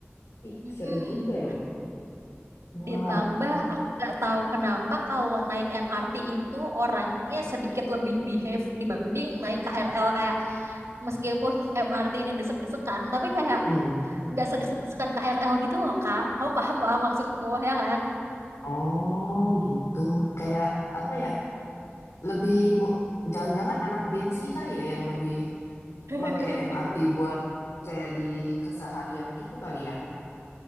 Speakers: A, on the left; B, on the right.
A: Ih,
B: Mm-mm.
A: seru juga loh. Wah,
B: Ditambah aku nggak tahu kenapa kalau naik MRT itu orangnya sedikit lebih behave dibanding naik KRL kayak meskipun MRT ini desek-desekan tapi kayak
A: hmm.
B: nggak sedesek-desekan KRL gitu loh Kak. Kamu paham lah maksudku ya kan?
A: Oh gitu, kayak apa ya? Lebih mu- jangan-jangan anak Gen Z kali ya yang lebih
B: <laughs>
A: make MRT buat kayak di keseharian gitu kali ya?